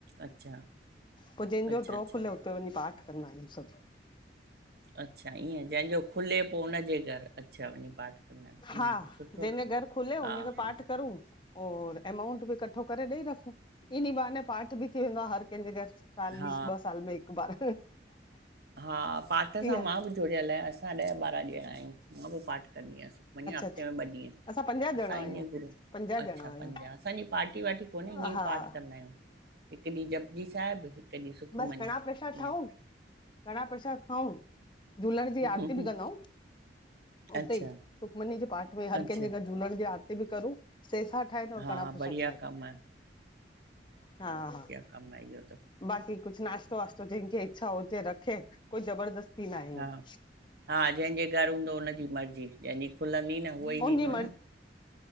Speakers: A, on the right; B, on the left.
A: अच्छा,
B: पोइ जंहिंजो
A: अच्छा,
B: ड्रॉ
A: अच्छा।
B: खुले हुते वञी पाठ कदां आहिंन सभ
A: अच्छा ईअं जंहिंजो खुले पो हुनजे घर अच्छा वञी पाठ कंदा <unintelligible>
B: हा
A: सुठो
B: जंहिंजे घर खुले उनजे
A: हा,
B: घर
A: हा।
B: पाठ करूं और एमाउंट बि कट्ठो करे ॾेई रखूं इनी बहाने पाठ बि थी वेंदो आ हर कंहिंजे घर। साल
A: हा
B: बीस ॿ साल में हिक बार
A: हा पाठ मां
B: अच्छा
A: बि जुड़ियल आहे असां ॾह ॿारहा ॼणा आहियूं मां बि पाठ कंदी आहियां वञा हफ़्ते
B: अच्छा
A: में ॿ ॾींहं
B: असां पंजाह
A: असां
B: ॼणा आहियूं
A: ईअं गुरू
B: पंजाह
A: अच्छा
B: ॼणा आहियूं
A: पंजाह असांजी पार्टी-वार्टी कोन्हे
B: हा
A: ईअं ई पाठ कंदा आहियूं हिक ॾींह जपजी साहिब हिकु ॾींहुं सुखमनी
B: बस कणा प्रशाद ठाउं
A: ईअं
B: कणा प्रशाद खाऊं झूलण
A: हम्म
B: जी आरती बि कंदाऊं उते
A: अच्छा
B: ई सुखमनी जे पाठ में हर
A: अच्छा
B: कंहिंजे घर झूलण जी आरती बि करूं सेसा ठाहिंदाव और
A: हा
B: कणा प्रसाद
A: बढ़िया
B: ठाहिनि
A: कमु आहे
B: हा हा
A: कमाइंदो
B: बाकी कुछ नाश्तो-वाश्तो जिनखे इच्छा हुजे रखे कोई ज़बरदस्त नाही
A: हा
B: आ
A: हा जंहिंजे घर हूंदो हुनजी मर्जी जंहिंजी खुलंदी न उहो ई
B: हुनजी
A: ॾींदो न